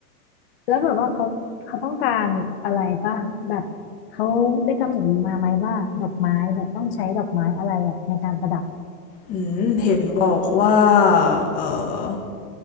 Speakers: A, on the left; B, on the left.
A: แล้วแบบว่าเขาเขาต้องการอะไรปะแบบเขาได้กำหนดมาไหมว่าดอกไม้เนี่ยต้องใช้ดอกไม้อะไรแบบในการประดับ
B: อืมเห็นบอกว่าเออ